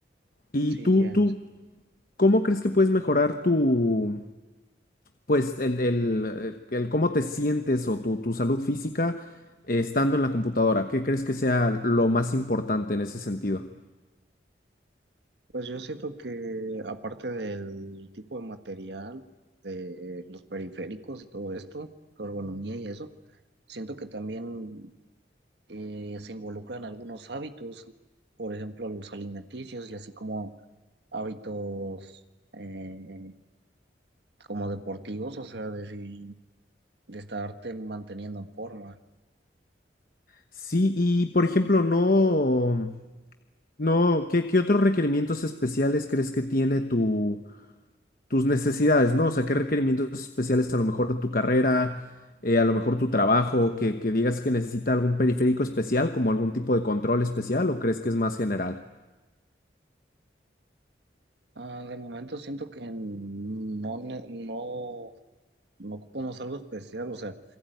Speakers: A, on the left; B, on the right.
A: Y
B: Sí,
A: tú,
B: ya
A: tú, ¿cómo crees que puedes mejorar tu pues el, el- el cómo te sientes o tu, tu salud física eh, estando en la computadora. ¿Qué crees que sea lo más importante en ese sentido?
B: Pues yo siento que aparte del tipo de material, de los periféricos y todo esto, tu ergonomía y eso, siento que también eh, se involucran algunos hábitos, por ejemplo, los alimenticios y así como hábitos eh, como deportivos, o sea, de, si- de estarte manteniendo en forma.
A: Sí, y por ejemplo, no, no, ¿qué, qué otros requerimientos especiales crees que tiene tu, tus necesidades, ¿no? O sea, ¿qué requerimientos especiales a lo mejor tu carrera, eh, a lo mejor tu trabajo, que, que digas que necesita algún periférico especial, como algún tipo de control especial, o crees que es más general?
B: Ah, de momento siento que no, ne- no no ocupamos algo especial, o sea,